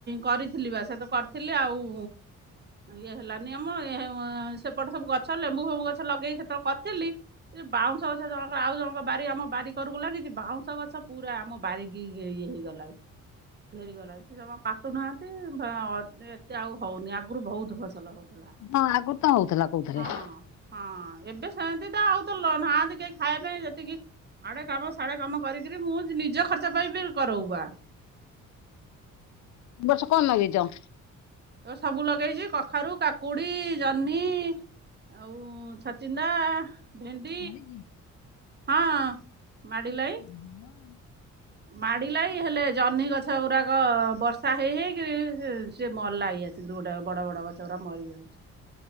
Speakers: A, on the right; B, on the left.
A: କରିଥିଲି ବା ସେତ କରିଥିଲି ଆଉ ଇଏ ହେଲାନି ଆମ ଏହେଆ ସେପଟେ ସବୁ ଗଛ ଲେମ୍ବୁ ଫେମ୍ବୁ ଗଛ ଲଗେଇକି ସେତେବେଳେ କରିଥିଲି ଯୋଉ ବାଉଁଶ ଗଛ ଜଣଙ୍କ ଆଉ ଜଣଙ୍କ ବାରି ଆମ ବାରି କରକୁ ଲାଗଚି ବାଉଁଶ ଗଛ ପୁରା ଆମ ବାରିକି ଘେ ଇଏ ହେଇଗଲାଇ। ଘେରିଗଲା ସେ ଜମା କାଟୁନାହାନ୍ତି ଭା ଅତ୍ ଏତେ ଆଉ ହଉନି ଆଗରୁ ଭହୁତ ଫସଲ ହଉ ଥଲା
B: ହଁ ଆଗରୁ ତ ହଉଥିଲା କୋଉଥିରେ
A: ହଁ
B: ଏ
A: ହଁ ଏବେ ସେମିତି ତ ଆଉ ତୋ ଲୋ ନାହାନ୍ତି କେହି ଖାଇବା ପାଇଁ ଯେତିକି ଆଡେ କାମ ସାଢଡେ କାମ କରିକରି ମୁଁ ନିଜ ଖର୍ ଚ ପାଇଁ ବି କରଉ ବା।
B: ବସ କଁ ଲଗେଇଚ?
A: ଅ ସବୁ ଲଗେଇଚି କଖାରୁ, କାକୁଡି, ଜହ୍ନି ଆଉ ଛାଚିନ୍ଦା ଭେଣ୍ଡି
B: ମାଡ଼ିଚି?
A: ହଁ ମାଡିଲାଇ।
B: <unintelligible>
A: ମାଡ଼ିଲାଇ ହେଲେ ଜହ୍ନି ଗଛ ଗୁରାକ ବର୍ଷା ହେଇ ହେଇକିରି ସେ ସେ ମଲା ଇଏ ସିଦୁରୁ ଗୋଟେ ବଡ ବଡ ଗଛଗୁରା ମରିଜାଉଚି।